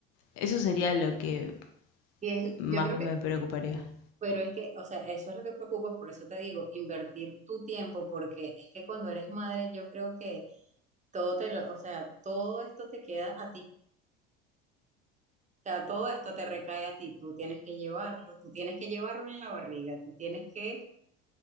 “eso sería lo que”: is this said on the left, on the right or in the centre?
Left